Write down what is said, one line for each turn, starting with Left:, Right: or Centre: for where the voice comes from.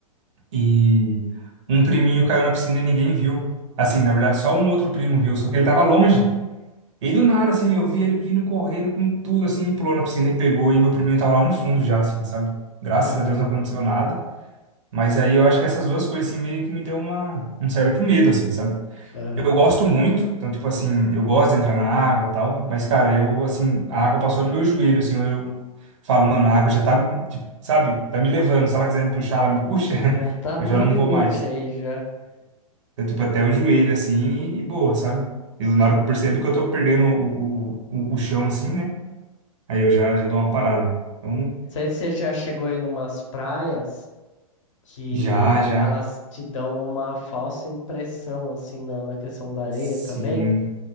Right: e um priminho caiu na piscina e ninguém viu. Assim, na verdade, só um outro primo viu, só que ele tava longe. E do nada, assim, eu vi ele vindo correndo com tudo, assim, e pulou na piscina e pegou, e meu priminho tava lá no fundo já, assim, sabe? Graças
Left: aham,
Right: a Deus não aconteceu nada. Mas aí eu acho que essas duas coisas, assim, meio que me deu uma, um certo medo, assim, sabe?
Left: aham.
Right: Eu gosto muito, então, tipo assim, eu gosto de entrar na água e tal, mas, cara, eu, assim, a água passou no meu joelho, assim, Falo, mano, a água já tá, tipo, sabe, tá me levando. Se ela quiser me puxar, ela me puxa, <laughs>
Left: Já tá
Right: eu
Left: no
Right: já
Left: meu
Right: não
Left: limite
Right: vou mais.
Left: aí, já,
Right: Eu, tipo, até o joelho, assim, e, boa, sabe? Eu,
Left: sei.
Right: na hora que eu percebo que eu tô perdendo o, o, o, o chão, assim, né? Aí eu já, já dou uma parada. Então,
Left: sei se você já chegou aí numas praias que
Right: já, já.
Left: elas te dão uma falsa impressão, assim, na, na questão da areia
Right: Sim.
Left: também,